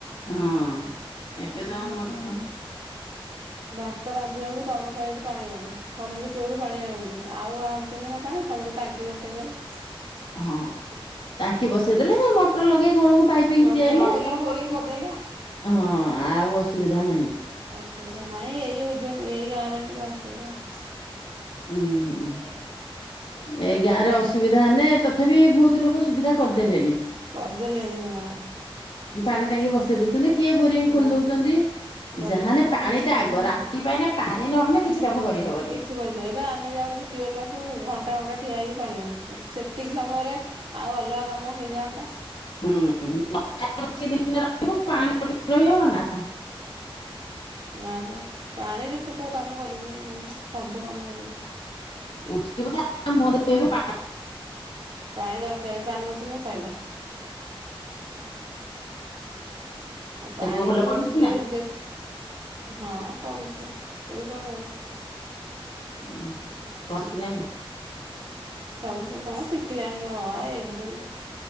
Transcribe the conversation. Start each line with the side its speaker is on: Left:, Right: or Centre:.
Left: ହଁ ଏବେ ତ ମଚ
Right: ଭାତ ରାନ୍ଧିବାକୁ ତମ ସାହିଠୁ ପାଣି ଆଣୁ ଖଣ୍ଡିରୁ କୂଅରୁ ପାଣି ଆଣନ୍ତି ଆଉ ଆଣୁଛନ୍ତି ନା ପାଣି ସବୁ ଟାଙ୍କି ବସେଇଦେଲେ।
Left: ହଁ ଟାଙ୍କି ବସେଇଦେଲେ ଯ ମଟର ଲଗେଇ ଘରକୁ ପାଇପ <unintelligible>
Right: ମଟର ବୋରିଂ ଫୋରିଂ କରିଦେଲେ।
Left: ଆ ହଁ ଆଉ ଅସୁବିଧା ନାହିଁ।
Right: ଅସୁବିଧା ନାଇଁ ଏଇଜ ଏଇ ଗାଁରେ ଟିକେ ଅସୁବିଧା ଆଉ।
Left: ଉୁଁ ହୁଁ। ଏଇ ଗାଁରେ ଅସୁବିଧା ହେନେ ତଥାପି ବହୁତ ଲୋକ ସୁବିଧା କରିଦେଲେଣି।
Right: କରିଦେଲେଣି ହଁ।
Left: ପାଣି ଟାଙ୍କି ବସେଇ ଦଉଛନ୍ତି କିଏ ବୋରିଙ୍ଗ
Right: ହଁ
Left: ଖୋଲି ଦଉଛନ୍ତି
Right: ବୋରିଂ
Left: ଯାହାହେଲେ
Right: ଖୋଳିଛନ୍ତି
Left: ପାଣି ଟା ଆଗ ରା ରାତି ପାଇଲେ ପାଣି ନହେଲେ କିଛି କାମ କରିହବନି।
Right: କିଛି କରିପାରିବ ଏବେ ଆମେ ଯାଉଛୁ ଟ୍ୟୁୱଲ୍ ପାଖକୁ ଘଣ୍ଟା ଘଣ୍ଟା ଠିଆ ହୋଇଇକି ପାଣି ଆଣିଛୁ ସେତିକି ସମୟରେ ଆଉ ଅଲଗା କାମ ହେଇଯାଆନ୍ତା।
Left: ହୁଁ। <unintelligible> <unintelligible>
Right: ନା ବା ପାଣିରେ ତ କୋଉଁ କାମ କରିବୁନି କହୁନୁ ସବୁ କାମ କରିବୁ।
Left: <unintelligible>
Right: ପାଣି ଦରକାରୀ ପାଣିନଥିଲେ ସଇଲା।
Left: ତୋ
Right: ପାଣି
Left: ପୁଅ ଭଲ
Right: ତୁ
Left: ପଢୁଛି
Right: ଯିଏ
Left: ନା?
Right: ହଁ ପଢୁଚି ଆଉ ଟିଉସନ ଯାଉଛି।
Left: ଓହୋ କଣ ଶିଖିଲାଣି?
Right: ସବୁ ହଁ ଶିଖିଲାଣି ଅ ଆ ଏକ ଦୁଇ।